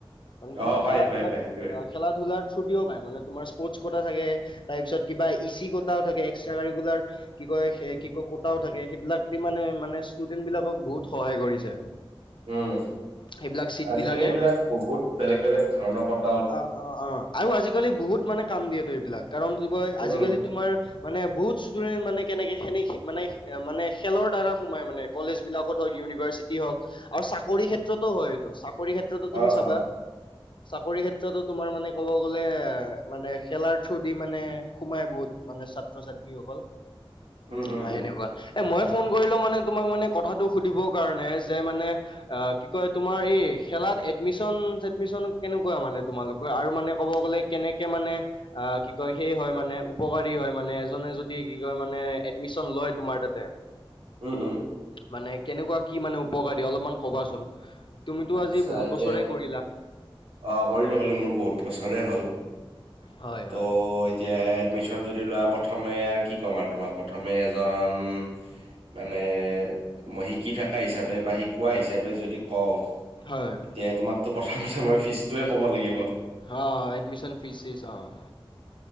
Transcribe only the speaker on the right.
অ',
পাই,
পাই,
পাই সেইটোয়ে
উম,
আজি
কালি এইবিলাক বহুত বেলেগ, বেলেগ ধৰণৰ কথ
উম,
অ
অ
উম, উম,
উম,
উম, উম।
আচ্ছা
এতিয়া
অ' কৰিলো মানে মোৰ বহুত বছৰে হ'ল
ত
এতিয়া এডমিচন যদি লোৱা প্ৰথমে আৰু কি ক'ম আৰু তোমাক প্ৰথমে এজন মানে মই শিকি থাকা হিচাপে বা শিকোৱা হিচাপে যদি কও
এতিয়া তোমাক তো প্ৰথমতে মই ফিচটোৱে ক'ব লাগিব।